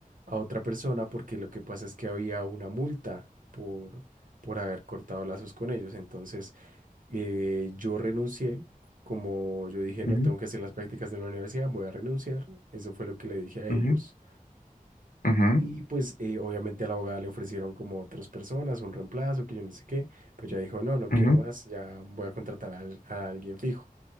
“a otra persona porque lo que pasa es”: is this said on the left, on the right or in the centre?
Right